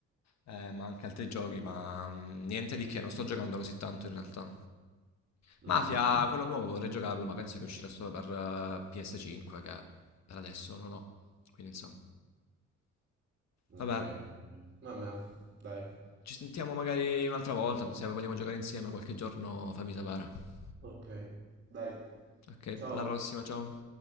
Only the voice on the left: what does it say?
Eh, ma anche altri giochi, ma mm, niente di che, non sto giocando così tanto in realtà.
Mafia,
quello nuovo vorrei giocarlo, ma penso che uscirà solo per eh, PS5, che per adesso non ho, quindi insomma.
Vabbè,
ci sentiamo magari un'altra volta, se vogliamo giocare insieme qualche giorno fammi sapere.
Ok,
alla prossima, ciao.